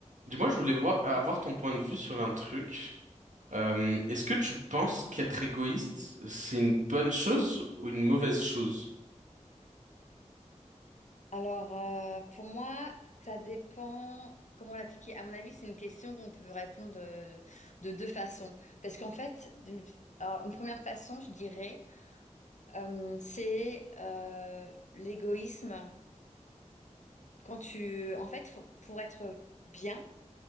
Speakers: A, on the right; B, on the left.
A: Dis-moi, je voulais voir, avoir ton point de vue sur un truc. Euh, est-ce que tu penses qu'être égoïste, c'est une bonne chose ou une mauvaise chose?
B: Alors, euh, pour moi, ça dépend comment l'appliquer. À mon avis, c'est une question qu'on peut répondre euh, de, deux façons. Parce qu'en fait, d'une alors, une première façon, je dirais, euh, c'est euh, l'égoïsme. Quand tu, en fait, faut- pour être bien,